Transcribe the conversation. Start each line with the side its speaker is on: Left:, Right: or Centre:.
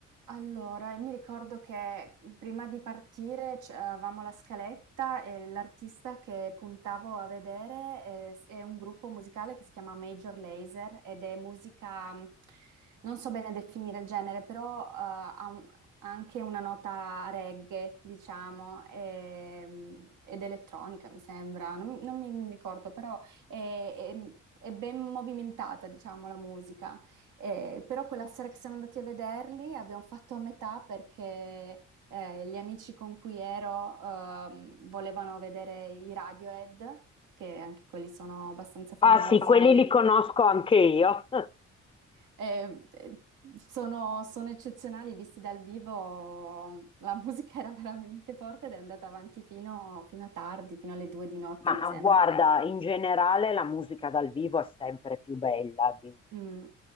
Right: Allora, io mi ricordo che prima di partire c- avevamo la scaletta e l'artista che puntavo a vedere è, è un gruppo musicale che si chiama Major Lazer ed è musica, mh, non so bene definire il genere, però eh, ha un- ha anche una nota reggae, diciamo, e, mh, ed elettronica, mi sembra, non, non mi ricordo, però è, è è ben movimentata, diciamo, la musica. Eh, però quella sera che siamo andati a vederli abbiamo fatto a metà perché eh, gli amici con cui ero ehm, volevano vedere i Radiohead, che anche quelli sono abbastanza famosi
Left: Ah sì, quelli li
Right: e,
Left: conosco anche io.
Right: e- e sono, sono eccezionali, visti dal vivo la <laughs> musica era veramente forte ed è andata avanti fino, fino a tardi, fino alle due di notte
Left: Ma
Right: mi sembra.
Left: guarda, in generale la musica dal vivo è sempre più bella di un
Right: Mm,